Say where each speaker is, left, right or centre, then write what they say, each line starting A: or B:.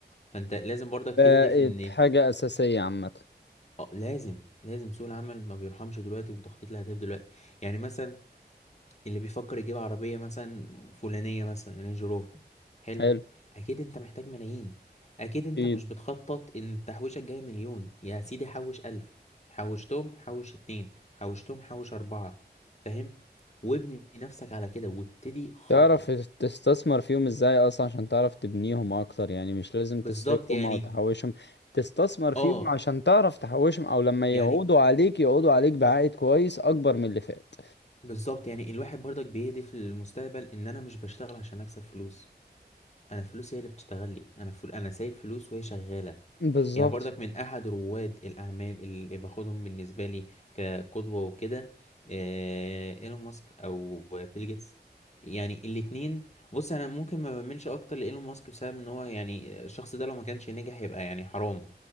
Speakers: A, on the left (about 40°); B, on the left (about 80°).
A: فانت لازم برضك
B: بقت
A: تهدف ان
B: حاجة أساسية عامة
A: اه لازم لازم سوق العمل ما بيرحمش دلوقتي وانت خطيت لاهداف دلوقتي يعني مثلا اللي بيفكر يجيب عربية مثلا فلانية مثلا رينج روفر حلو
B: حلو
A: أكيد أنت محتاج ملايين أكيد أنت
B: إيه
A: مش بتخطط إن التحويشة الجاية مليون يا سيدي حوش ألف حوشتهم حوش اتنين حوشتهم حوش أربعة فاهم وابني نفسك على كده وابتدي خطط
B: تعرف تستثمر فيهم إزاي أصلا عشان تعرف تبنيهم أكتر يعني مش لازم
A: بالظبط
B: تصرفهم
A: يعني
B: أو تحوشهم تستثمر فيهم
A: اه
B: عشان تعرف تحوشهم أو لما
A: يعني
B: يقعدوا عليك يقعدوا عليك بعائد كويس أكبر من اللي فات
A: بالظبط يعني الواحد برضك بيهدف للمستقبل ان انا مش بشتغل عشان اكسب فلوس انا فلوس هي اللي بتشتغل لي انا فل... انا سايب فلوس وهي شغالة
B: بالظبط
A: يعني برضك من أحد رواد الأعمال اللي باخدهم بالنسبة لي كقدوة وكده آه، إيلون ماسك أو بيل جيتس يعني الاتنين بص أنا ممكن ما بميلش أكتر لإيلون ماسك بسبب إن هو يعني الشخص ده لو ما كانش نجح يبقى يعني حرام